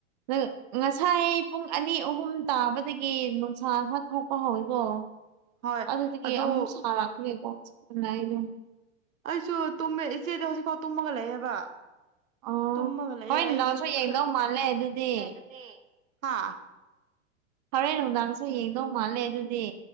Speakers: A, on the right (about 35°); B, on the right (about 80°).
A: ꯅꯪ ꯉꯁꯥꯏ ꯄꯨꯡ ꯑꯅꯤ ꯑꯍꯨꯝ ꯇꯥꯕꯗꯒꯤ ꯅꯨꯡꯁꯥ ꯈꯔ ꯊꯣꯛꯄ ꯍꯧꯋꯤꯀꯣ
B: ꯍꯣꯏ
A: ꯑꯗꯨꯗꯒꯤ
B: ꯑꯗꯨ
A: ꯑꯃꯨꯛ ꯁꯥꯔꯛꯄꯒꯤ ꯀꯣꯛ ꯆꯤꯠꯄꯅ ꯑꯩꯗꯣ
B: ꯑꯩꯁꯨ ꯇꯨꯝꯃꯦ ꯏꯆꯦꯗꯤ ꯍꯧꯖꯤꯛꯐꯥꯎ ꯇꯨꯝꯃꯒ ꯂꯩꯌꯦꯕ
A: ꯑꯣ
B: ꯇꯨꯝꯃꯒ ꯂꯩꯌꯦ
A: ꯍꯣꯔꯦꯟ
B: ꯑꯩꯁꯨ
A: ꯅꯨꯡꯗꯥꯡꯁꯨ
B: ꯈꯔ
A: ꯌꯦꯡꯗꯧ ꯃꯥꯜꯂꯦ ꯑꯗꯨꯗꯤ
B: <unintelligible> ꯑꯗꯨꯗꯤ ꯍꯥ
A: ꯍꯣꯔꯦꯟ ꯅꯨꯡꯗꯥꯡꯁꯨ ꯌꯦꯡꯗꯧ ꯃꯥꯜꯂꯦ ꯑꯗꯨꯗꯤ